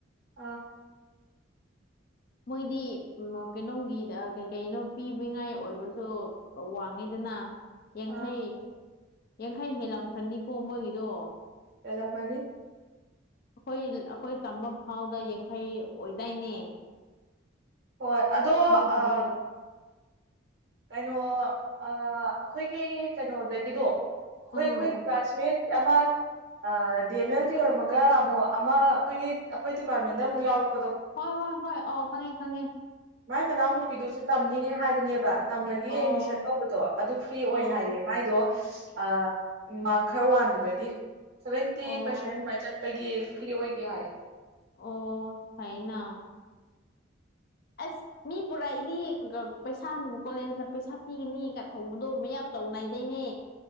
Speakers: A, on the right (about 55°); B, on the left (about 50°).
A: ꯑꯣ
B: <unintelligible> ꯃꯣꯏꯗꯤ ꯎ ꯀꯩꯅꯣꯝꯒꯤ ꯀꯩ ꯀꯩꯅꯣ ꯄꯤꯕꯉꯥꯏ ꯑꯣꯏꯕꯁꯨ ꯋꯥꯡꯉꯩꯗꯅ ꯌꯥꯡꯈꯩ
A: ꯑꯥ
B: ꯌꯥꯡꯈꯩ ꯍꯦꯜꯂꯝꯈꯅꯤꯀꯣ ꯃꯣꯏꯒꯤꯗꯣ
A: ꯍꯦꯟꯂꯝ ꯃꯅꯤ
B: ꯑꯩꯈꯣꯏ ꯑꯩꯈꯣꯏ ꯇꯝꯕ ꯐꯥꯎꯗ ꯌꯥꯡꯈꯩ ꯑꯣꯏꯗꯥꯏꯅꯦ <unintelligible>
A: ꯍꯣꯏ ꯑꯗꯣ
B: ꯃꯣꯏꯒꯤꯗꯣ
A: ꯑ ꯀꯩꯅꯣ ꯑꯥ ꯑꯩꯈꯣꯏꯒꯤ ꯀꯩꯅꯣꯗꯒꯤꯗꯣ ꯑꯩꯈꯣꯏ
B: ꯎꯝ
A: ꯑꯩꯈꯣꯏ ꯀ꯭ꯂꯥꯁꯃꯦꯠ ꯑꯃ ꯑꯥ ꯗꯤ ꯑꯦꯝ ꯑꯦꯜ ꯇꯤ ꯑꯣꯏꯔꯝꯃꯒ ꯑꯃꯨꯛ ꯑꯃ ꯑꯩꯈꯣꯏꯒꯤ ꯑꯩꯈꯣꯏ ꯗꯤꯄꯥꯔꯠꯃꯦꯟꯗ ꯑꯃꯨꯛ ꯌꯥꯎꯔꯛꯄ
B: ꯍꯣꯏ ꯍꯣꯏ ꯍꯣꯏ ꯑ ꯈꯪꯉꯦ ꯈꯪꯉꯦ
A: ꯃꯥꯏ ꯃꯅꯥꯎꯅ ꯅꯨꯄꯤꯗꯨꯁꯨ ꯇꯝꯅꯤ ꯍꯥꯏꯕꯅꯦꯕ ꯇꯝꯕꯒꯤ
B: ꯑꯣ
A: ꯑꯦꯠꯃꯤꯁꯟ ꯇꯧꯕꯗꯣ ꯑꯗꯨ ꯐ꯭ꯔꯤ
B: ꯑꯣ
A: ꯑꯣꯏ ꯍꯥꯏꯌꯦꯕ ꯃꯥꯏꯗꯣ ꯑꯥ ꯃꯥꯔꯛ ꯈꯔ ꯋꯥꯡꯈꯤꯕꯒꯤ ꯁꯚꯦꯟꯇꯤ
B: ꯑꯣ
A: ꯄꯔꯁꯦꯟ ꯑꯗꯨꯃꯥꯏꯅ ꯆꯠ ꯄꯥꯒꯤ ꯐ꯭ꯔꯤ ꯑꯣꯏꯒꯦ ꯍꯥꯏ
B: ꯑꯣ ꯐꯩꯅ ꯑꯁ ꯃꯤ ꯄꯨꯔꯛꯏꯅꯤ ꯄꯩꯁꯥ ꯀꯣꯂꯦꯖꯅ ꯄꯩꯁꯥ ꯄꯤꯒꯅꯤꯒ ꯊꯧꯕꯗꯣ ꯃꯌꯥꯝ ꯇꯧꯅꯥꯏꯗꯩꯅꯦ